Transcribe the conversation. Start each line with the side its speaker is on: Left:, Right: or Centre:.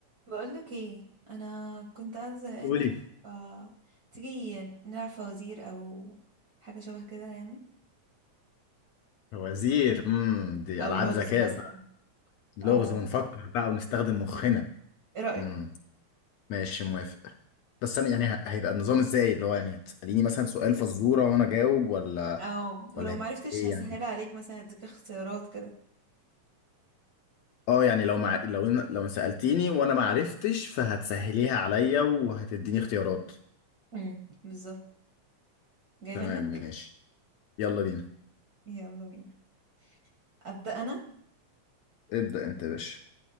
Right: بقولك ايه انا كنت قاعده زهقانه
Left: قولي
Right: ف تيجي نلعب فوازير او حاجه شبه كده يعني
Left: وزير امم دي
Right: او
Left: العاب
Right: لغز
Left: ذكاء
Right: مثلا
Left: بقى لغز
Right: او
Left: ونفكر بقى ونستخدم مخنا
Right: ايه رايك
Left: امم ماشي موافق بس انا يعني ه- هيبقى النظام ازاي اللي هو يعني هتساليني مثلا سؤال فزوره وانا اجاوب ولا
Right: او ولو
Left: ولا هيبقى
Right: معرفتش
Left: ايه
Right: هسهلها
Left: يعني
Right: عليك مثلا اديك اختيارات كده
Left: اه يعني لو مع... لو إن... لو سالتيني وانا ما عرفتش فهتسهليها عليا وهتديني اختيارات
Right: امم بالظبط جاي
Left: تمام
Right: منك
Left: ماشي يلا بينا
Right: يلا بينا ابدا انا
Left: ابدا انت يا باشا